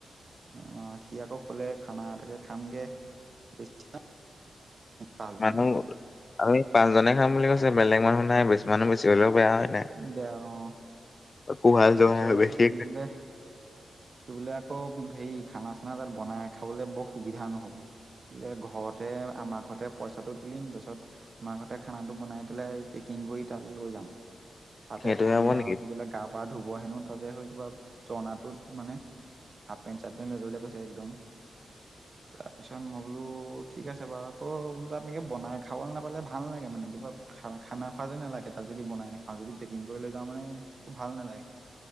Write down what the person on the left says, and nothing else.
মানুহ, আমি পাঁচজনে খাম বুলি কৈছে, বেলেগ মানুহ নাই। মানুহ বেছি হ'লেও বেয়া হয়। নাই
কোহাল
জোহাল বেছি
সেইটোহে
হ'ব নেকি